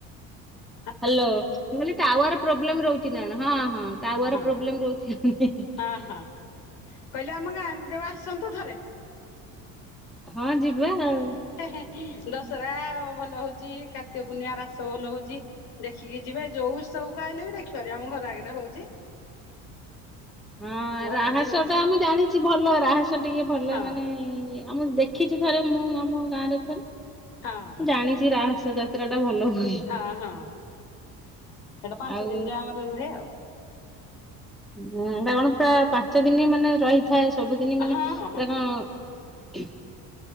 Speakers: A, on the left; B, in the centre.
A: ଲୋ।
B: ହ୍ୟାଲୋ। ମୁଁ କହିଲି ଟାୱାର ପ୍ରୋବ୍ଲେମ ରହୁଛି ନା ହଁ ହଁ। ଟାୱାର
A: ହଁ
B: ପ୍ରୋବ୍ଲେମ ରହୁଛି। <unintelligible>
A: ହଁ ହଁ କହିଲେ ଆମ ଗାଁକୁ କେବେ ଆସନ୍ତୁ ଥରେ।
B: ହଁ ଯିବା ଆଉ।
A: ହେଁ ହେଁ ଦଶହରା ଭଲ ହଉଛି, କାର୍ତିକ ପୂର୍ଣ୍ଣିମା ରାସ ଭଲ ହଉଛି। ଦେଖିକି ଯିବେ। ଯୋଉ ଉତ୍ସବକୁ ଆଇଲେ ବି ଦେଖିପାରିବେ। ଆମ ଘର ଆଗରେ ହଉଛି।
B: ହଁ
A: ଭଲ
B: ରାହସ
A: ବି ହଉଛି।
B: ଟା ଆମେ ଜାଣିଛି ଭଲ। ରାହସ ଟିକେ ଭଲ
A: ହଁ
B: ମାନେ ଇ ଇ ଆମ ଦେଖିଛି ଥରେ ମୁଁ ଆମ ଗାଁରେ ଥରେ
A: ହଁ
B: ଜାଣିଛି। ଚି ରାହସ ଯାତ୍ରା ଟା ଭଲ ହୁଏ।
A: ହଁ ହଁ ସେଇଟା ପାଞ୍ଚ
B: ଆଉ
A: ଦିନ ଯାଏ ଆମର ରୁହେ ଆଉ।
B: ହୁଁ ଏଇଟା ଗଣତା ପାଞ୍ଚ ଦିନ ମାନେ ରହିଥାଏ ସବୁଦିନ ମାନେ
A: ହଁ
B: ତା
A: ହଁ ହଁ
B: କଣ <unintelligible>